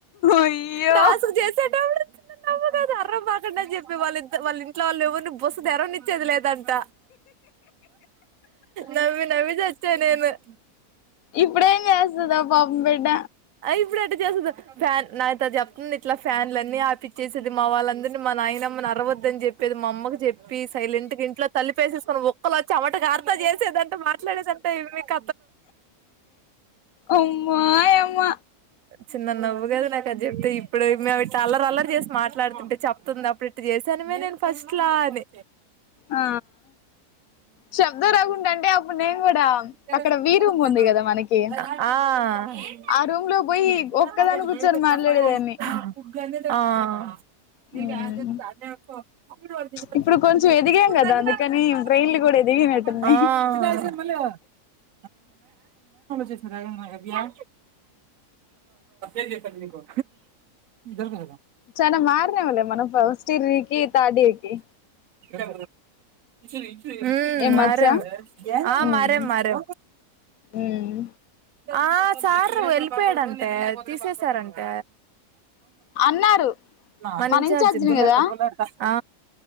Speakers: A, on the left (about 70°); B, on the right (about 65°).
A: అయ్యో
B: టాస్క్ చేసేట కదా అర్రంబాకండి అని చెప్పి వాళ్ళింద వాళ ఇంట్లో వాళ్ళ ఎవర్ని బస్సు తీరవని చదిలేదంట నవ్వి నవ్వి చచ్చా నేను అ
A: ఇప్పుడేం చేస్తుందా పాపం బిడ్డ
B: ఇప్పుడు అట్ట ఫ్యాన్ నా ఇ చెప్తుంది ఇట్లా ఫ్యాన్లులన్నీ ఆపచ్చేసది మా వాళ్ళందరినీ మా నాయనమ్మని అరవద్దని చెప్పేది మా అమ్మకి చెప్పి సైలెంట్ ఇంట్లో తల్లిపేసేసుకుొని ఒక్కలు వచ్చి అటికి అర్థ చేసేదంటే మాట్లాడేదింటే మీకు
A: అమ్మాయమ్మ
B: చిన్న నవ్వు కదుా నాక అది చెప్తే ఇప్పుడు మేము ఇట్ అల్లరు అల్లరి చేసి మాట్లాడుతుంటే చెప్తుంది అప్పుడు ఇట్ చేసానమే నేను ఫస్ట్ లా అని
A: ఆ శబ్దం రాకుండా అంటే అప్పుడు నేను కూడా
B: ఆ
A: అక్కడ వీ రూమ్ ఉంది కదా మనకి ఆ రూమ్ లో పోయి ఒక్కదాని కూర్చొని
B: ఆ
A: మాట్లాడేదాన్ని ఉమ్
B: ఆ
A: ఇప్పుడు కొంచెం ఎదిగాం కదా అందుకని బ్రెయిన్లు కూడా ఎదిగినట్టున్నాయి
B: చేస్త నా చేస్త మీకు దరక
A: చాలా మారినంలే మనం ఫస్టియర్రికి తాడ్ ఇయరికి
B: ఎ విష
A: ఏం
B: మరే
A: మచ్చా
B: మ అ అంటే
A: ఉమ్
B: మారే
A: ఉమ్
B: ఆ సార్ వెళ్ళిపోయాడుంటే తీసేసారంట
A: అన్నారు
B: మన ఇంచార్జి
A: ఇన్ఛార్జిని
B: ని
A: కదా
B: ఆ